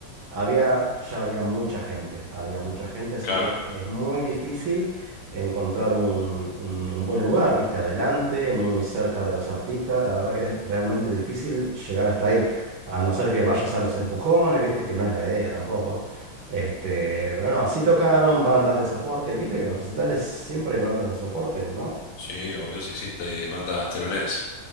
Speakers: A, on the right; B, on the left.
A: había, ya había mucha gente, había mucha gente, así
B: Claro,
A: que es muy difícil encontrar un, un- un buen lugar, viste, adelante, muy cerca de los artistas. La verdad que es realmente difícil llegar hasta ahí, a no ser que vayas a los empujones, viste, que no es la idea tampoco. Este, pero no, sí tocaron bandas de soporte, viste que en los recitales siempre hay bandas de soporte, ¿no?
B: sí, obvio, sí, sí, de bandas teloneras.